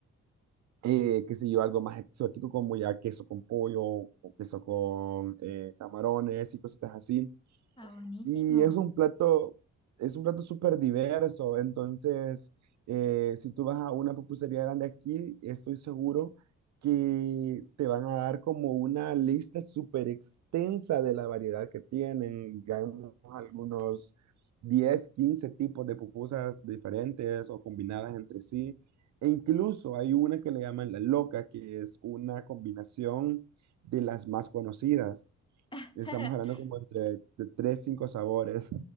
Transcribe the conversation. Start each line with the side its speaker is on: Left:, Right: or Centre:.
Right: eh, qué sé yo, algo más exótico como ya queso con pollo o queso con eh, camarones y cositas así.
Left: Ah, buenísimo.
Right: Y es un plato, es un plato súper diverso. Entonces, eh, si tú vas a una pupusería grande aquí, estoy seguro que te van a dar como una lista súper extensa de la variedad que tienen. Digamos, algunos 10 15 tipos de pupusas diferentes o combinadas entre sí. E incluso hay una que le llaman la loca, que es una combinación de las más conocidas.
Left: <laughs>
Right: Y estamos hablando como entre de tres, cinco sabores.